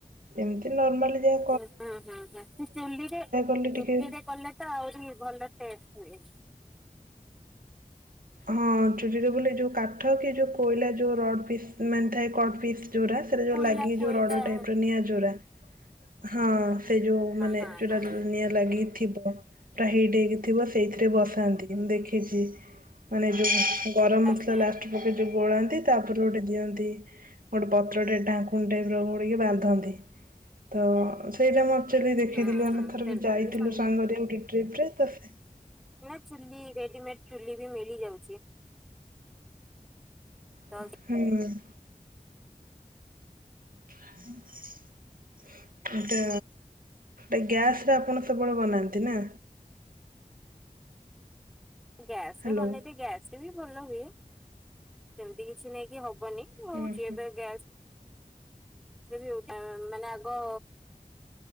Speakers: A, on the right; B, in the centre.
A: ଏମିତି ନର୍ମାଲି ଯାଏ।
B: ହଁ ହଁ ହଁ ସେ ଚୁଲିରେ,
A: ଗଲେ
B: ଚୁଲିରେ
A: ଟିକେ
B: କଲେ ତ ଆହୁରି ଭଲ ଟେଷ୍ଟ ହୁଏ।
A: ହଁ ଚୁଲିରେ ବୋଲି ଯୋଉ କାଠ କି ଯୋଉ କୋଇଲା ଯେଉ ରଡ଼୍ ପିସ୍ ମାନେ ଥାଏ କଟ୍ ପିସ୍ ଯୋଉଁଗୁରା <unintelligible>
B: କୋଇଲା
A: ଯୋଉ ଲାଗି
B: କୋଇଲା
A: ଯୋଉ ରଡ ଟାଇପର୍
B: ହଁ
A: ନିଆଁ ଯୋରା, ହଁ ସେ ଯୋଉ ମାନେ
B: ହଁ
A: ଯୋଉଟା
B: ହଁ
A: ନିଆଁ ରେ ଲାଗିକିଥିବ। ପୁରା ହିଟ୍ ହେଇକି ଥିବ ସେଇଥିରେ ବସାନ୍ତି ମୁଁ ଦେଖିଚି। ମାନେ ଯୋଉ ଗରମ ମସଲା
B: ଆଜ୍ଞା
A: ଲାଷ୍ଟ ପକାଇ ଯେଉଁ ଗୋଳାନ୍ତି, ତାପରେ ଗୋଟେ ଦିଅନ୍ତି। ଗୋଟେ ପତ୍ରଟେ ଢାଙ୍କୁଣି ଟାଇପ୍ ର ଗୋଡ଼ିକି ବାନ୍ଧନ୍ତି ତ ସେଇଟା ମୁଁଏକ୍ଯୁଚେଲି ଦେଖେଇଥିଲି।
B: ହୁଁ
A: ଆମେ
B: ହୁଁ
A: ଥରେ
B: ସେମିତି
A: ଵି ଯାଇଥିଲୁ
B: ବି ବନେଇ
A: ସାଙ୍ଗରେ ଗୋଟେ ଟ୍ରିପ ରେ ତ ସେ
B: ସେମିତି ରେଡିମେଡ୍ ଚୁଲି ବି ମିଳି ଯାଉଚି। ତ
A: ହୁଁ। <inaudible> ଏଟା ଏ ଗ୍ୟାସ ରେ ଆପଣ ସବୁବେଳେ ବନାନ୍ତି ନା?
B: ଗ୍ୟାସ
A: ହ୍ୟାଲୋ
B: ରେ ବନେଇଦିଏ, ଗ୍ୟାସରେ ବି ଭଲ ହୁଏ। ସେମିତି କିଛି ନାଇକି ହବନି। ହଉଚି
A: ହୁଁ ହୁଁ
B: ଏବେ ଗ୍ୟାସ୍ <unintelligible> ଟା ମାନେ ଆଗ